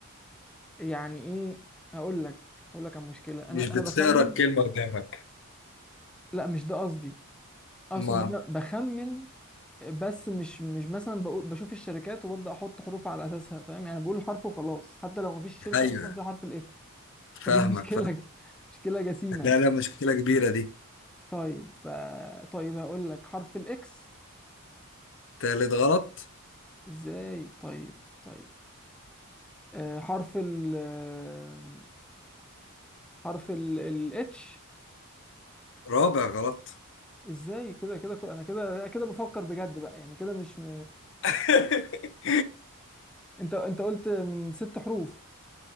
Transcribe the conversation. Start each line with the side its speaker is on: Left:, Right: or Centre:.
Centre: يعني ايه اقول لك اقول لك عن مشكلة
Left: مش
Centre: انا
Left: بتقرا
Centre: انا بخمن
Left: الكلمة قدامك
Centre: لا مش ده قصدي اقصد
Left: ما
Centre: ان انا بخمن بس مش مش مثلا بقول بشوف الشركات وببدأ احط حروف على اساسها فاهم يعني بقول الحرف وخلاص حتى لو مفيش شركة
Left: أيوه
Centre: اصلا فيها حرف الاف
Left: فاهمك
Centre: فدي <laughs> مشكلة
Left: فاهم
Centre: مشكلة جسيمة
Left: لا
Centre: يعني
Left: لا مشكلة كبيرة دي
Centre: طيب ف... طيب هقول لك حرف الاكس
Left: تالت غلط
Centre: ازاي طيب طيب آه حرف ال آه، حرف ال الاتش
Left: رابع غلط
Centre: ازاي كده كده كل... انا كده كده بفكر بجد بقى يعني كده مش م...
Left: <laughs>
Centre: انت انت قلت من ست حروف